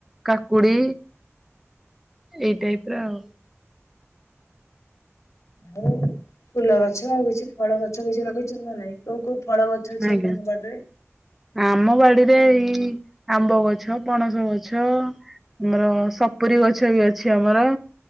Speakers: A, in the centre; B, on the left.
A: କାକୁଡି ଏଇ ଟାଇପ ର ଆଉ।
B: ହୁଁ। ଫୁଲ ଗଛ ଆଉ କିଛି ଫଳ ଗଛ କିଛି ଲଗେଇଛନ୍ତି ନା ନାଇଁ କୋଉ କୋଉ ଫଳ ଗଛ ଅଛି
A: ଆଜ୍ଞା
B: ଆପଣଙ୍କ ବାଡ଼ିରେ?
A: ଆମ ବାଡିରେ ଏଇ ଆମ୍ବ ଗଛ ପଣସ ଗଛ। ଆମର ସପୁୁରୀ ଗଛ ବି ଅଛି ଆମର।